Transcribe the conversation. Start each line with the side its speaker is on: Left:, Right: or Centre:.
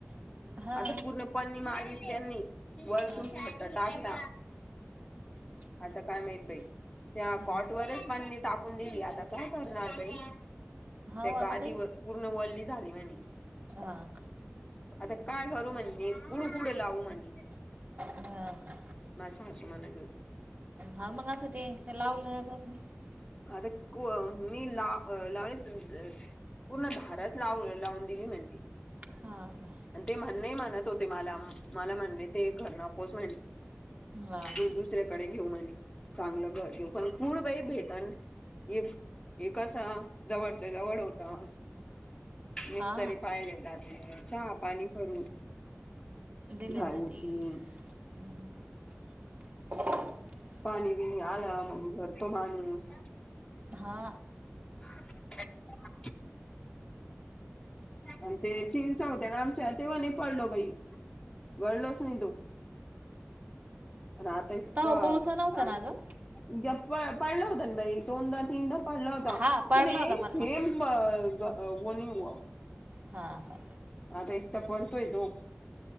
Right: हा
Left: आता पूर्ण पननी मारली त्यांनी. वरतून
Right: हा
Left: फेटाचा आजचा, काय माहित बाई? त्या
Right: हा
Left: कॉट वरच पननी टाकून दिली आता काय करणार बाई?
Right: हा
Left: त्या
Right: हो आता
Left: गादीवर पूर्ण वल्ली झाली म्हणी.
Right: हां.
Left: आता काय करू म्हणजे कुडू पुुढं लावू म्हणे.
Right: हा का?
Left: माझं सासुमाने डो
Right: हा मग आता ते असं लावलंया जात नाय.
Left: आता कोवम मी ला लावीन त अ पूर्ण धाराच लाव लावून दिली म्हणती.
Right: हा हा.
Left: आणि ते म्हणले म्हणत होते मला म मला म्हणले ते घर नकोस म्हण
Right: ला
Left: ते दुसऱ्याकडे घेऊ म्हण चांगलं घर घेऊ पण कुड बाई भेटन. हे हे कसं जवळच्या जवळ होता. मिस्तरी
Right: हा
Left: पाहिले जाते चहा पाणी करू
Right: दिल्या
Left: झाऊ
Right: जाती
Left: पिऊन
Right: <inaudible>
Left: पाणी बीनी आलं मग भरतो माणूस
Right: हा.
Left: <inaudible> आणि ते चिंच होत्या ना आमच्या ते माने पडलो बाई गडलोच नाही तो. पण आता इतकं
Right: तवा पाऊस
Left: ताण
Right: नव्हता ना ग
Left: उदया पड पडला होता ना बाई दोनदा तीनदा पडला होता
Right: हा पडला
Left: पण एक
Right: होता
Left: थेम
Right: मग
Left: बं ग वनी वव
Right: हां का?
Left: आता एक तर पडतोय तो